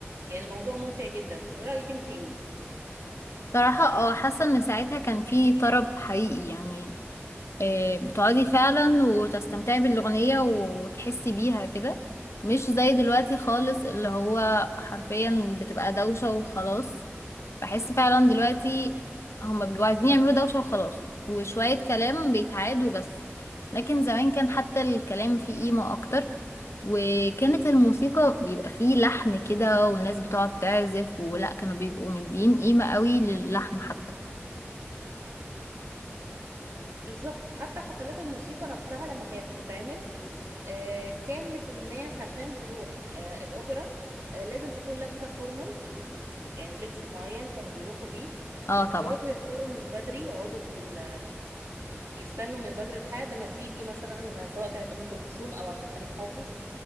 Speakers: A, on the right; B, on the left.
A: يعني الموضوع ممتع جدا رأيك أنت إيه؟
B: بصراحه اه حاسه ان ساعتها كان في طرب حقيقي يعني آه، بتقعدي فعلا وتستمتعي بالأغنية وتحسي بيها كده مش زي دلوقتي خالص اللي هو حرفيا بتبقى دوشة وخلاص بحس فعلا دلوقتي هما بيبقوا عايزين يعملوا دوشة وخلاص وشوية كلام بيتعادوا بس لكن زمان كان حتى الكلام فيه قيمة أكتر وكانت الموسيقى بيبقى فيه لحن كده والناس بتقعد تعزف ولا كانوا بيبقوا مدين قيمة قوي للحن حتى
A: بالظبط حتى حفلات الموسيقى نفسها لما كانت بتتعمل آه، كانت الناس عشان تروح آه، الأوبرا آه، لازم تكون لابسة فورمال يعني لبس معين كانوا بيروحوا بيه
B: اه
A: وبيروحوا
B: طبعا
A: يحضروا من بدري يقعدوا في ال... يستنوا من بدري لحد ما تيجي مثلا سواء كانت أم كلثوم أو عبد الحليم حافظ